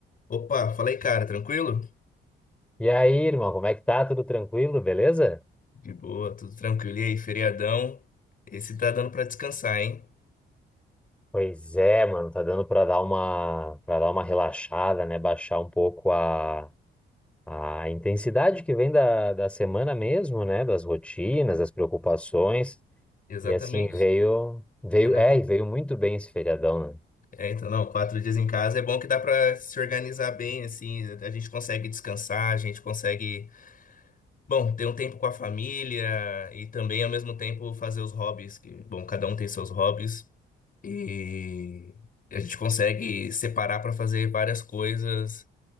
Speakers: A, on the left; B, in the centre.
A: Opa, fala aí, cara, tranquilo?
B: E aí, irmão, como é que tá? Tudo tranquilo, beleza?
A: De boa, tudo tranquilo. E aí, feriadão? Esse tá dando pra descansar, hein?
B: Pois é, mano, tá dando pra dar uma para dar uma relaxada, né? Baixar um pouco a, a intensidade que vem da, da semana mesmo, né? Das rotinas, das preocupações.
A: Exatamente.
B: E assim veio veio
A: Exatamente.
B: é, e veio muito bem esse feriadão,
A: É, então, não, quatro dias em casa é bom que dá pra se organizar bem, assim, a gente consegue descansar, a gente consegue, bom, ter um tempo com a família e também, ao mesmo tempo, fazer os hobbies, que, bom, cada um tem seus hobbies e a gente consegue separar pra fazer várias coisas,